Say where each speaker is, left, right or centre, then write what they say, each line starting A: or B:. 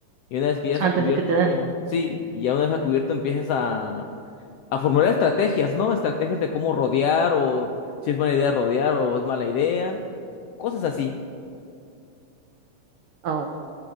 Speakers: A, on the left; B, on the right.
A: Y una vez que ya
B: antes
A: se ha cubierto,
B: de que te den.
A: sí, y ya una vez a cubierto empiezas a, a formular estrategias, ¿no? Estrategias de cómo rodear o si es buena idea rodear o es mala idea, cosas así.
B: Oh,